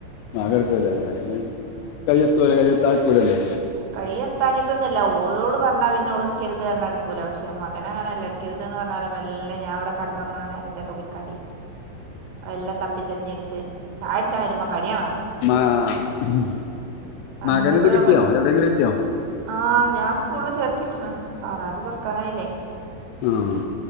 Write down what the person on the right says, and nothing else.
കൈ എത്താഞ്ഞിട്ടൊന്നു അല്ല ഓളോട് പർഞ്ഞാ പിന്നെ ഓള്ട്ക്കരുത് പർഞ്ഞാ ഇട്ക്കൂല പക്ഷെ മകന് അങ്ങനല്ല. ഇട് ക്കരുത് ന്ന് പർഞ്ഞാലും മെല്ലെ ഞാൻ ഇവടെ കട്ന്നൊർങ്ങ്ണ നേര ത്തൊക്കെ പൊയ്ക്കാണ്ടേ വെല്ലെ തപ്പിത്തെരഞ്ഞെടുത്ത് ചായുട്ച്ചാ വരുമ്പം കടിയാണാണ്ടാ
അങ്ങനത്തൊക്കൊരോ
പ
ആഹ് ഞാൻ സ്കൂളിൽ ചേർത്തിട്ട്ണ്. ഇപ്പൊ ആറാംതി തൊർക്കാനായില്ലേ.